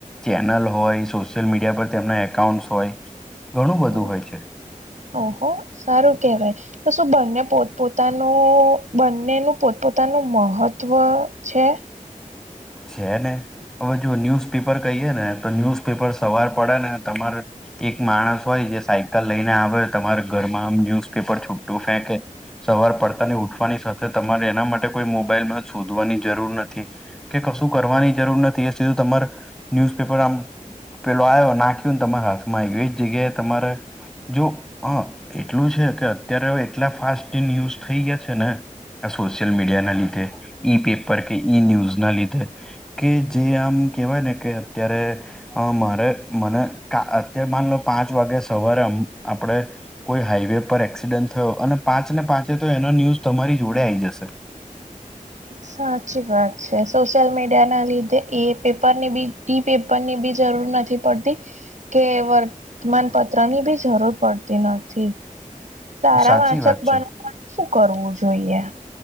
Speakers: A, in the centre; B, on the right.
A: ચેનલ હોય, સોશિયલ મીડિયા પર તેમના એકાઉન્ટસ હોય. ઘણું બધું
B: હમ્મ.
A: <inaudible>
B: ઓહો, સારું કેહેવાય. તો શું બંને પોતપોતાનું બંનેનું પોતપોતાનું મહત્વ છે.
A: છે ને, હવે જો ન્યૂઝ પેપર કહીએ ને તો ન્યૂઝ પેપર સવાર પડે ને તમારે એક માણસ હોય જે સાયકલ લઈને આવે તમારા ઘરમાં આમ ન્યૂઝપેપર છુટું ફેંકે. સવાર પડતા ને ઉઠવાની સાથે તમારે એના માટે કોઈ મોબાઈલમાં શોધવાની જરૂર નથી. કે કશું કરવાની જરૂર નથી એ સીધું તમાર ન્યુઝપેપર આમ પેલો આવયો નાખ્યું ને, તમારા હાથ મા એવું એજ જગ્યા તમારે જો હ એટલું છે કે, અત્યારે એટલા ફાસ્ટ ઇન યુઝ થઈ ગયા છે ને આ સોશિયલ મીડિયા ના લીધે, ઈ પેપર કે ઈ ન્યૂઝ ના લીધે. કે જે આમ કહેવાય ને, કે અત્યારે અ મારે મને ક અત્યાર માન લો, પાંચ વાગે સવારે આમ આપડે કોઈ હાઈવે પર એક્સિડન્ટ થયો અને પાંચ ને પાંચે તો એનો ન્યૂઝ તમારી જોડે આઈ જશે.
B: સાચી વાત છે. સોશિયલ મીડિયા ના લીધે એ પેપરની બી ઈ પેપરની બી જરૂર નથી પડતી. કે વર્તમાન પત્રની બી જરૂર પડતી નથી. સારા
A: સાચી
B: વાંચક
A: વાત છે
B: બનવા માટે શું કરવું જોઈએ.